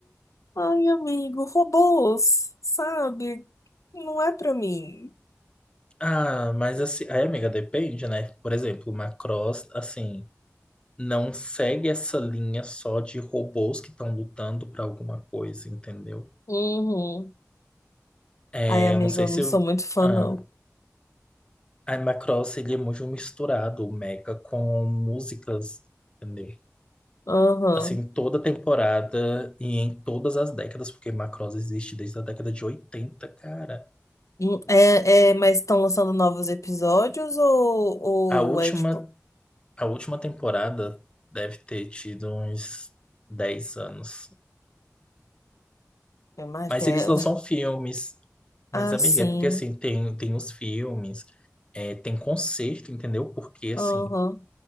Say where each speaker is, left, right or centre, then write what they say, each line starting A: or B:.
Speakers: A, on the left; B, on the left.
A: Ai, amigo, robôs, sabe? Não é pra mim.
B: Ah, mas assim, aí, amiga, depende, né? Por exemplo, Macross, assim. não segue essa linha só de robôs que estão lutando para alguma coisa, entendeu?
A: Uhum.
B: É,
A: Ai, amigo,
B: eu não sei
A: eu
B: se
A: não sou
B: o-
A: muito fã,
B: ah,
A: não.
B: Animal Crossing ele é muito misturado, o Mecha, com músicas, entendeu?
A: Aham.
B: Em toda temporada e em todas as décadas, porque Macross existe desde a década de oitenta cara.
A: Hum, É, é, mas estão lançando novos episódios ou,
B: A última,
A: ou é tipo.
B: a última temporada deve ter tido uns 10 anos.
A: é mais
B: Mas
A: até.
B: eles lançam
A: <laughs>
B: filmes. Mas,
A: Ah,
B: amiga,
A: sim.
B: é porque assim, tem, tem os filmes, é, tem concerto, entendeu? Porque assim,
A: Aham.